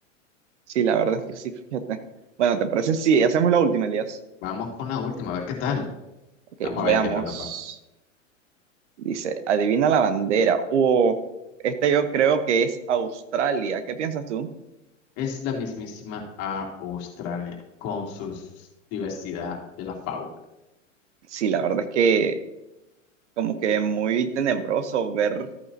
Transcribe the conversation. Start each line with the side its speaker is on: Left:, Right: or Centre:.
Right: Sí, la verdad es que sí, fíjate. Bueno, ¿te parece si hacemos la última, Elías?
Left: Vamos con la última, a ver qué tal.
Right: Ok,
Left: Vamos a
Right: veamos.
Left: ver qué tal nos va.
Right: Dice, adivina la bandera. Oh, este yo creo que es Australia. ¿Qué piensas tú?
Left: Es la mismísima a Australia con su diversidad de la fauna.
Right: Sí, la verdad es que como que muy tenebroso ver